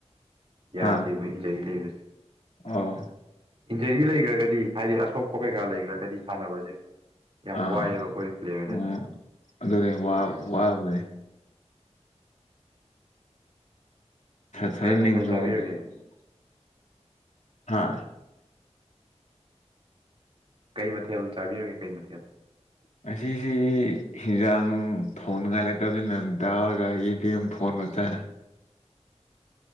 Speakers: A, on the right; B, on the left.
A: ꯌꯥꯗꯦꯕ
B: ꯍꯥ
A: ꯏꯟꯖꯔꯤ ꯂꯩꯕꯁꯦ
B: ꯑꯣ
A: ꯏꯟꯖꯔꯤ ꯂꯩꯈ꯭ꯔꯒꯗꯤ ꯍꯥꯏꯗꯤ ꯑꯁꯣꯛꯄ ꯀꯩꯀꯥ ꯂꯩꯈ꯭ꯔꯒꯗꯤ ꯁꯥꯟꯅꯕꯁꯦ ꯌꯥꯝ
B: ꯑꯥ
A: ꯋꯥꯏꯑꯦꯕ ꯑꯩꯈꯣꯏ ꯄ꯭ꯂꯦꯌꯔꯗꯗꯤ
B: ꯑꯣ ꯑꯗꯨꯅꯦ ꯋꯥ
A: ꯇꯧꯔꯤꯁꯦ
B: ꯋꯥꯕꯅꯦ
A: ꯎꯝ
B: ꯁꯔꯦꯟꯗꯤꯁꯨ
A: ꯀꯩ ꯃꯊꯦꯜ ꯆꯥꯕꯤꯔꯒꯦ
B: <unintelligible> ꯍꯥꯥ
A: ꯀꯩ ꯃꯊꯦꯜ ꯆꯥꯕꯤꯔꯒꯦ ꯀꯩ ꯃꯊꯦꯜ
B: ꯉꯁꯤꯁꯦ ꯍꯟꯖꯥꯡ ꯊꯣꯡꯅꯤꯡꯉꯥꯏ ꯂꯩꯇꯕꯅꯤꯅ ꯗꯥꯜꯒ ꯌꯦꯟꯗꯦꯝꯒ ꯊꯣꯡꯉꯒ ꯆꯥꯢ